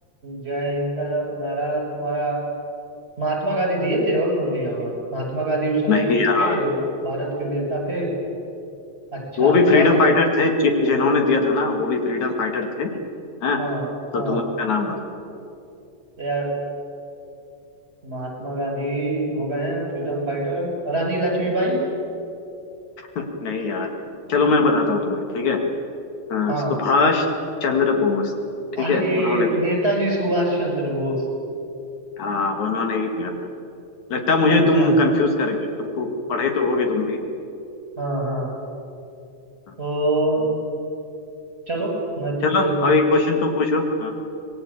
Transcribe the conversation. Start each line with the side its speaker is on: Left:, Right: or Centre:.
Right: जय हिंद का नारा तुम्हारा महात्मा गांधी दिए थे और कौन दिया होगा महात्मा गांधी उस समय
Left: नहीं यार
Right: थे भारत के नेता थे अच्छा
Left: वो भी
Right: महात्मा
Left: फ्रीडम फाइटर थे जि, जिन्होंने दिया था ना वो भी फ्रीडम फाइटर थे हैं
Right: हाँ
Left: तो
Right: हाँ
Left: तुम उनका नाम बताओ
Right: तो यार महात्मा गांधी हो गए हैं फ्रीडम फाइटर रानी लक्ष्मीबाई
Left: नहीं यार चलो मैं बताता हूँ तुम्हें ठीक है हाँ,
Right: हाँ
Left: सुभाष चंद्र बोस ठीक
Right: अरे
Left: है उन्होंने दिया
Right: नेताजी सुभाष चंद्र बोस
Left: हाँ उन्होंने ही दिया था लगता है मुझे
Right: अच्छा
Left: तुम कंफ्यूज करेंगे तुमको पढ़े तो होगे तुम भी
Right: हाँ हाँ
Left: हाँ,
Right: तो चलो मैं तुमसे
Left: चलो
Right: कुछ
Left: अब एक क्वेश्चन तुम पूछो हाँ